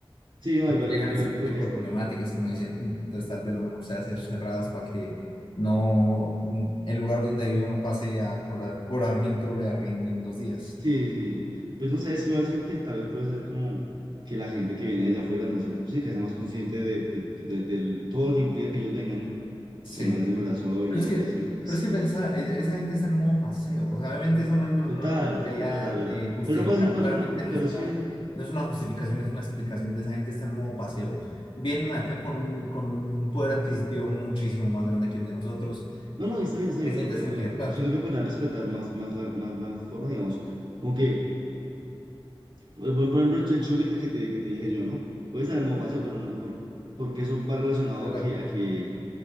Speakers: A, on the right (about 65°); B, on the left (about 70°).
A: Sí, no,
B: También
A: igual,
B: llegan
A: igual,
B: ese tipo
A: creo que es-
B: de problemáticas que uno dice, "Mm, entonces tal vez lo mejor sea hacer cerrados para que no mm, el lugar donde vivo no pase a cobrar, cobrarme el doble de arriendo en dos días.
A: sí, sí. Pues no sé, es que igual siento que tal vez puede ser como que la gente que viene de afuera, no sé, sí, que sea más consciente de, pues, de- del- todo lo que implica que ellos vengan, ¿no?
B: Sí.
A: Que no es de verdad solo venir
B: Pero es
A: y
B: que,
A: ya, sino que pues
B: pero
A: sí
B: es que pensar, e, esa gente está en modo paseo. O sea, obviamente eso no, no,
A: Total,
B: no no debería
A: es verdad, es verdad.
B: eh, justificar.
A: Pero no puede ser un pa-
B: Claramente
A: pero no, pu-
B: no
A: pero
B: es una,
A: sí.
B: no es una justificación, es una explicación de esa gente está en modo paseo. Vienen acá con un, con un poder adquisitivo muchísimo más grande que el de nosotros.
A: No, no, y está bien, está
B: Te
A: bien,
B: sientes
A: pero, pero,
B: en
A: pero
B: libertad,
A: yo siento que podrían respetar más, más la, más la forma, digamos. Como que, eh, por por ejemplo, el juguete que te, que te que te dije yo, ¿no? Puede salir como paseo, pero no, por, porque eso va relacionado
B: ¿verdad?
A: a que, a que,